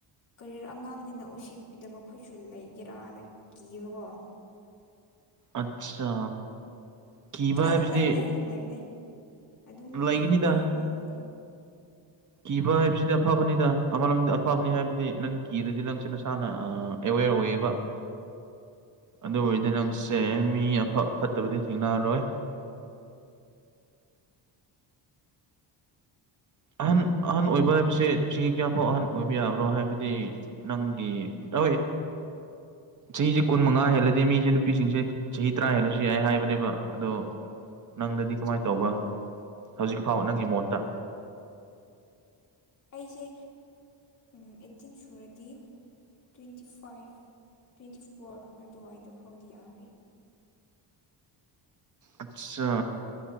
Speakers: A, on the left; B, on the right.
A: ꯀꯔꯤꯔ ꯑꯉꯥꯡꯅꯤꯅ ꯎꯁꯤꯠꯄꯤꯗꯕ ꯈꯣꯏꯁꯨ ꯂꯩꯒꯦꯔꯥꯅ ꯀꯤꯕꯀꯣ
B: ꯑꯠꯆꯥ ꯀꯤꯕ
A: ꯑꯥ
B: ꯍꯥꯏꯕꯁꯤꯗꯤ
A: ꯑꯗꯨꯝ ꯂꯩꯕꯅꯦ ꯑꯗꯨꯝ ꯂꯩꯕꯅꯦ ꯑꯗꯨꯝ
B: ꯂꯩꯒꯅꯤꯗ
A: ꯂꯩꯕꯅꯦ ꯑꯃ ꯑꯃꯗꯤ
B: ꯀꯤꯕ ꯍꯥꯏꯕꯁꯤꯗ ꯑꯐꯕꯅꯦꯗꯥ ꯑꯃꯔꯣꯝꯗ ꯑꯐꯕꯅꯦ ꯍꯥꯏꯕꯗꯤ ꯅꯪ ꯀꯤꯔꯗꯤ ꯅꯪꯁꯦ ꯅꯁꯥꯅ ꯑꯥ ꯑꯦꯋꯦꯔ ꯑꯣꯏꯌꯦꯕ ꯑꯗꯨ ꯑꯣꯏꯔꯗꯤ ꯅꯪꯁꯦ ꯃꯤ ꯑꯐꯞ ꯐꯠꯇꯕꯗꯤ ꯊꯦꯡꯅꯔꯣꯏ ꯑꯍꯟ ꯑꯍꯟ ꯑꯣꯏꯕ ꯍꯥꯏꯕꯁꯦ ꯆꯍꯤ ꯀ꯭ꯌꯥꯐꯥꯎ ꯑꯍꯟ ꯑꯣꯏꯕ ꯌꯥꯕ꯭ꯔꯣ ꯍꯥꯏꯕꯗꯤ ꯅꯪꯒꯤ ꯑꯍꯣꯏ ꯆꯍꯤꯁꯦ ꯀꯨꯟ ꯃꯉꯥ ꯍꯦꯜꯂꯗꯤ ꯃꯤꯁꯦ ꯅꯨꯄꯤꯁꯤꯡꯁꯦ ꯆꯍꯤ ꯇꯔꯥ ꯍꯦꯜꯂꯁꯨ ꯌꯥꯏ ꯍꯥꯏꯕꯅꯦꯕꯥ ꯑꯗꯣ ꯅꯪꯗꯗꯤ ꯀꯃꯥꯏ ꯇꯧꯕꯥ ꯍꯧꯖꯤꯛ ꯐꯥꯎ ꯅꯪꯒꯤ ꯃꯣꯠꯇꯥ
A: ꯑꯩꯁꯦ ꯎꯝ ꯑꯩꯠꯇꯤꯟ ꯁꯨꯔꯗꯤ ꯇꯣꯏꯟꯇꯤ ꯐꯥꯏꯚ ꯇꯣꯏꯟꯇꯤ ꯐꯣꯔ ꯑꯗꯨꯋꯥꯏꯗ ꯐꯥꯎꯗꯤ ꯌꯥꯔꯤ
B: ꯑꯠꯆꯥ